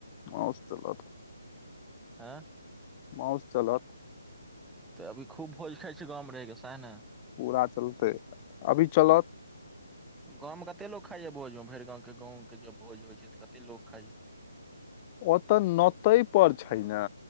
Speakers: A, on the left (about 25°); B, in the centre.
A: माउस चलत
B: ऐं?
A: माउस चलत।
B: त अभी खूब भोज खाइ छी गाँवमे रहिके सैह ने?
A: पुरा चलतै, अभी चलत।
B: गाँवमे कत्ते लोक खाइए भोजमे भइर गाँवके, गाँवके जँ भोज होइ छैय त कत्ते लोक खाइए?
A: ओ त नौतयपर छैय ने,